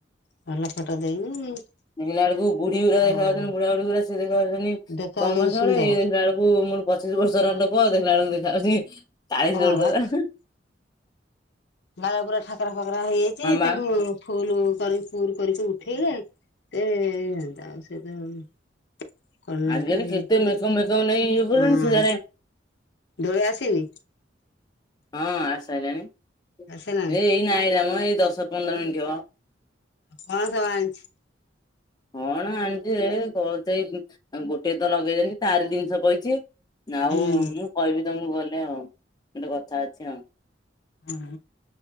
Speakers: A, on the left (about 65°); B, on the left (about 20°).
A: ଭଲ ଫଟୋ ଦେଇନି
B: ଦେଖିଲା ବେଳକୁ ବୁଢୀୁ ଗୁରା ଦେଖାଉଛନ୍ତି
A: ଆଉ
B: ବୁଢ଼ା ବୁଢ଼ୀ ଗୁରା ଲୋକ ଯେମିତି
A: ଦେଖା
B: କମ୍
A: ଯାଉନି
B: ବୟସ
A: ସୁନ୍ଦର
B: ଭଳିଆ । ଇଏ ଦେଖିଲା ବେଳକୁ ମୋଟ ପଚିଶ ବର୍ଷ ବର୍ଷର ଲୋକ। ଦେଖିଲା ବେଳକୁ ଦେଖାଯାଉଛି ଚାଳିଶ
A: ହଁ
B: ବର୍ଷା ବା।
A: ବାଳ ପୁରା ଠାକରା ଫାକରା ହେଇଯାଇଛି
B: ହଁ ବା
A: ତାକୁ ଫୁଲ କରି ପୁର କରିକି ଉଠେଇଲେ ସେ ହୋଇଯାଆନ୍ତା। ଆଉ ସେ ତ କଲନ୍ତି
B: ଆଜିକାଲି କେତେ ମେକଅପ୍ ମେକଅପ୍ ନେଇ ଇଏ କରୁଛନ୍ତି
A: ହଁ।
B: ସେ ତାରେ
A: ଦଳି ଆସନି?
B: ହଁ ଆସ ଏ ଏଇ
A: ଆସିଲାଣି
B: ନ ଆଇଲା ଏଇ ଦଶ ପନ୍ଦର ମିନିଟ୍ ହବ।
A: କଣ ସବୁ ଆଣିଛି।
B: କଣ ଆଣିଛ କ ସେଇ ଗୋଟେ ତ ଲଗେଇ ଯାଣି ତାରି ଜିନିଷ ପଇଛି। ଆଉ
A: ହୁଁ
B: ମୁଁ କହିବି ତମକୁ ଗଲେ ଆଉ ଗୋଟେ କଥା ଅଛି ଆଉ।
A: ହଁ।